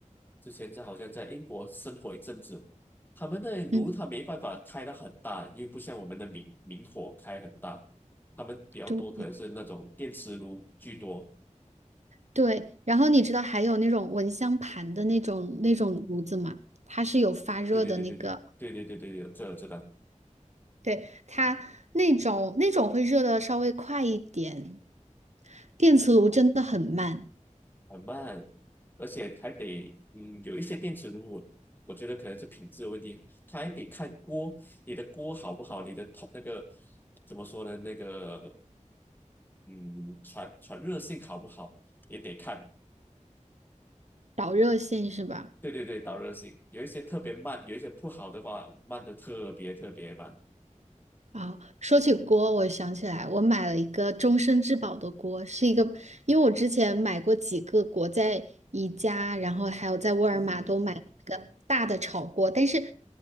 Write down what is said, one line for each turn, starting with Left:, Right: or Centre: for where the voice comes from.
Left: 之前在好像在英国生活一阵子，他们那里炉它没办法开得很大，
Right: 嗯，
Left: 因为不像我们的明明火开很大，他们比较多可能是那种电磁炉居多。
Right: 对，对，然后你知道还有那种蚊香盘的那种那种炉子吗？它是有发热的那个，
Left: 对对对对对对对对对对，这我知道，
Right: 对，它那种那种会热的稍微快一点，电磁炉真的很慢，
Left: 很慢，而且还得嗯有一些电磁炉我。我觉得可能是品质的问题，它还得看锅，你的锅好不好，你的铜那个怎么说呢？那个嗯，传传热性好不好也得看。
Right: 导热线是吧？
Left: 对对对，导热性有一些特别慢，有一些不好的话慢的特别特别慢。
Right: 好，说起锅，我想起来，我买了一个终身质保的锅，是一个，因为我之前买过几个锅，在宜家，然后还有在沃尔玛都买过一个大的炒锅，
Left: 嗯哼
Right: 但是，